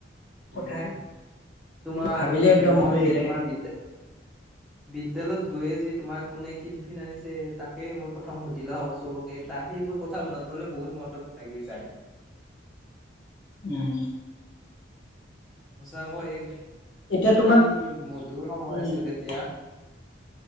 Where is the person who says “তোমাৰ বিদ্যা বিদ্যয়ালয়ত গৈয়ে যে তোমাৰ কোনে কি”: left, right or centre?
Centre